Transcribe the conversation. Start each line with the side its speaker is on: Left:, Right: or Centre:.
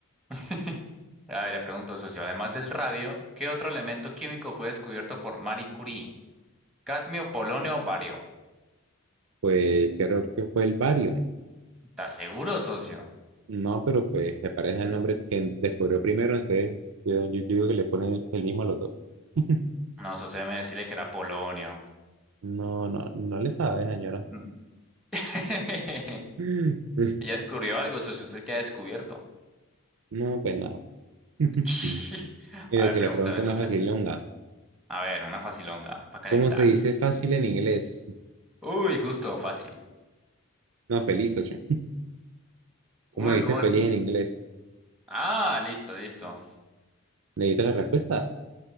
Centre: <laughs> A ver, le pregunto, socio, además del radio, ¿qué otro elemento químico fue descubierto por Marie Curie? Cadmio, polonio, bario.
Right: Pues creo que fue el bario.
Centre: ¿Estás seguro, socio?
Right: No, pero pues se parece al nombre que descubrió primero, entonces yo, yo digo que le ponen el, el mismo a los dos. <laughs>
Centre: No, socio, me decirle que era polonio.
Right: No, no, no le sabe, señora.
Centre: Mm. <laughs>
Right: <laughs>
Centre: ¿Ya descubrió algo, socio? ¿Usted qué ha descubierto?
Right: No, pues nada. <laughs>
Centre: <laughs>
Right: Mire,
Centre: A ver,
Right: si
Centre: pregúntame,
Right: le pregunto una
Centre: socio.
Right: facilonga,
Centre: A ver, una facilonga para calentar.
Right: ¿Cómo se dice fácil en inglés?
Centre: Uy, justo, fácil.
Right: No, feliz, ocho.
Centre: Uy,
Right: ¿Cómo se dice
Centre: ¿cómo
Right: feliz
Centre: es?
Right: en inglés?
Centre: Ah, listo, listo.
Right: ¿Necesitas la respuesta?